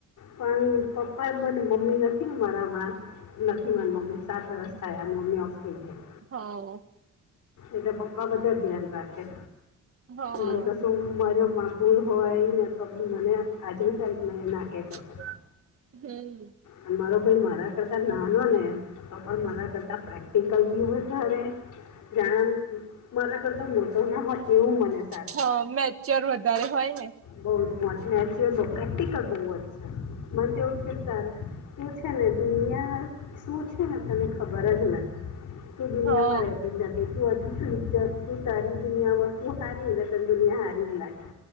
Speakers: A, on the left; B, on the right.
A: પણ પપ્પા બને, મમ્મી નથી ને મારા હમણાં, નથી મારાં મમ્મી સાત વરસ થયા મમ્મી ઓફ થઈ ગયા.
B: હવ
A: એટલે પપ્પા બધા ધ્યાન રાખે,
B: હા
A: મન તો તો હું મારોમા ભૂલ હોય એ ને તો બી મને આજની તારીખમાં એ ના કેહ કશું
B: <unintelligible> હમ્મ
A: અને મારો ભાઈ મારા કરતા નાનોને તો પણ મારા કરતા પ્રેક્ટિકલ બી વધારે જાણે એમ, મારા કરતા મોટો ના હોય એવું મને
B: હ, મેચ્યોર વધારે હોય ને.
A: બઉં જ, <inaudible> પ્રેક્ટિકલ બૌજ છે, મને તો એવું જ કે તાર તું છે ને દુનિયા શું છે ને તને ખબર જ નથી. તું દુનિયામાં
B: હા
A: રહેતી જ નથી, તું હજુ સુધી <inaudible> તારી દુનિયામાં તું હારી ને એટલે તને દુનિયા હારી જ લાગે,